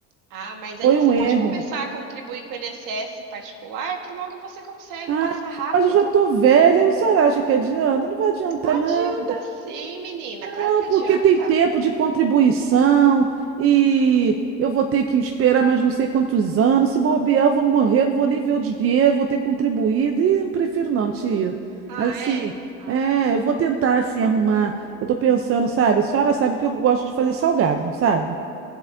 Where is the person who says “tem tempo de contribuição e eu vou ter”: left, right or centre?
Right